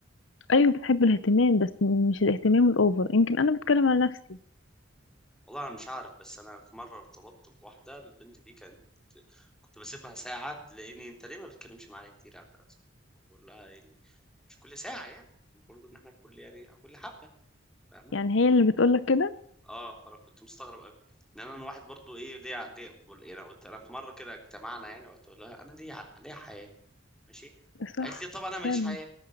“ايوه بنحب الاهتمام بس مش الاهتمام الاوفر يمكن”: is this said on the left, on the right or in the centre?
Left